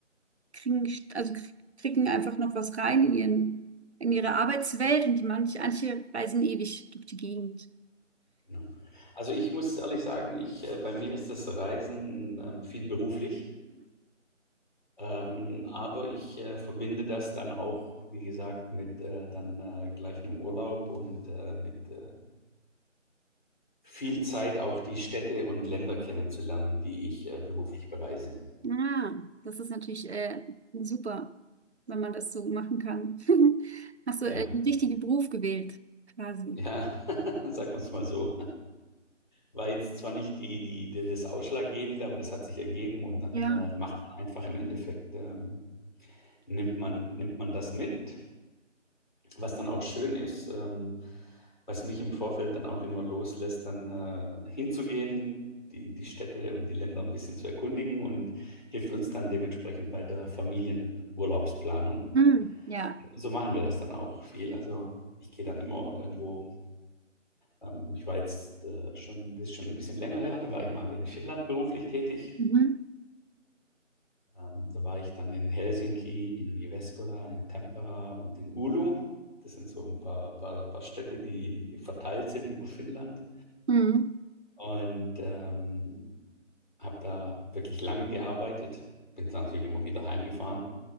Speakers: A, on the right (about 60°); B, on the left (about 40°).
A: kriegen, also kriegen einfach noch was rein in ihren, in ihre Arbeitswelt und die manche, manche reisen ewig durch die Gegend. <laughs>
B: genau. Also ich muss ehrlich sagen, ich, äh, bei mir ist das Reisen ähm, viel beruflich, ähm, aber ich äh, verbinde das dann auch, wie gesagt, mit äh, dann äh, gleich einem Urlaub und äh, mit äh, viel Zeit auch die Städte und Länder kennenzulernen, die ich äh, beruflich bereise.
A: Ah, das ist natürlich äh, super, wenn man das so machen kann. <laughs> Hast
B: Ja,
A: du äh, den richtigen Beruf gewählt, quasi.
B: ja, <laughs> sagen wir es mal so. war jetzt zwar nicht die, die, die, das Ausschlaggebende, aber das hat sich ergeben und dann
A: Ja.
B: äh, macht man einfach im Endeffekt, ähm, nimmt, man, nimmt man das mit, was dann auch schön ist, ähm, was mich im Vorfeld dann auch immer loslässt, dann äh, hinzugehen, die, die Städte und die Länder ein bisschen zu erkundigen und hilft uns dann dementsprechend bei der Familienurlaubsplanung.
A: Mm, ja.
B: Und so machen wir das dann auch viel. Also ich gehe dann immer irgendwo ähm, ich war jetzt äh, schon, das ist schon ein bisschen länger her, da war ich mal in Finnland beruflich tätig.
A: Mhm.
B: Ähm, da war ich dann in Helsinki, in Jyväskylä, in Tampere und in Oulu. Das sind so ein paar, paar, paar Städte, die verteilt sind über Finnland.
A: Mhm.
B: Und ähm, habe da wirklich lange gearbeitet. Bin dann natürlich immer wieder heimgefahren.